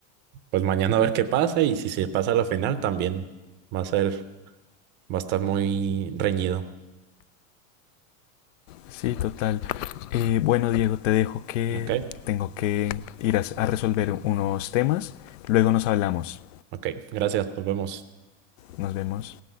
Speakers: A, on the right; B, on the left.
A: pues mañana a ver qué pasa y si se pasa a la final también va a ser, va a estar muy reñido.
B: Sí, total. Eh, bueno, Diego, te dejo que
A: Ok,
B: tengo que ir a, a resolver unos temas. Luego nos hablamos.
A: ok, gracias, nos vemos.
B: Nos vemos.